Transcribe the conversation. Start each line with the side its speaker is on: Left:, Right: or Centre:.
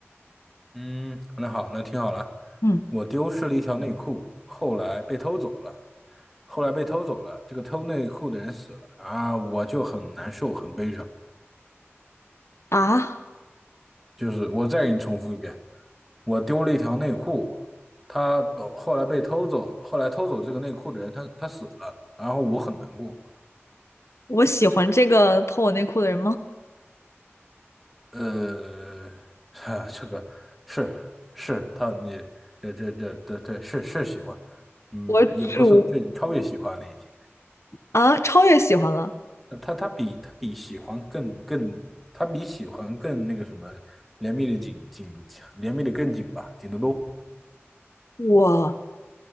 Centre: 嗯，那好，那听好了，
Left: 嗯
Centre: 我丢失了一条内裤，后来被偷走了，后来被偷走了，这个偷内裤的人死了啊，我就很难受，很悲伤。
Left: 啊，
Centre: 就是我再给你重复一遍，我丢了一条内裤，他呃后来被偷走，后来偷走这个内裤的人，他他死了，然后我很难过。
Left: 我喜欢这个偷我内裤的人吗？
Centre: 呃，<laughs> 这个是是他你这这这这对是是喜欢，嗯，
Left: 我主，
Centre: 也不算对，超越喜欢了已经。
Left: 啊，超越喜欢了。
Centre: 呃他他比他比喜欢更更，他比喜欢更那个什么，怜悯的紧紧，怜悯的更紧吧，紧得多。
Left: 我